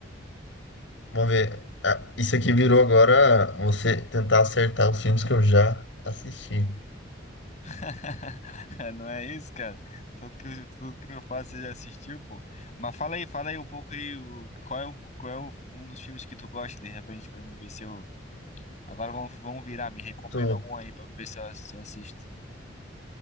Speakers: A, on the left (about 80°); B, on the left (about 40°).
A: Vamos ver. Ah, isso aqui virou agora você tentar acertar os filmes que eu já assisti.
B: <laughs> Não é isso, cara? Tudo que eu, tudo que eu faço, você já assistiu, pô. Mas fala aí, fala aí um pouco aí, o- qual é, o- qual é o- um dos filmes que tu gosta, de repente, pra me ver se eu... Agora vamos, vamos virar, me recomenda
A: Tanto
B: algum aí pra me ver se eu, se eu assisto.